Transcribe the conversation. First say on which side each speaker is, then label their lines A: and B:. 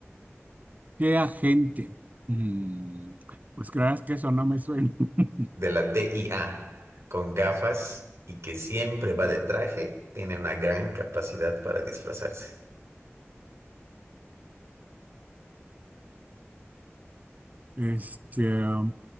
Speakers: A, on the right; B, on the right.
A: ¿Qué agente? Mm, pues creas que eso no me suena. <laughs>
B: De la TIA con gafas y que siempre va de traje tiene una gran capacidad para disfrazarse.
A: Este, um,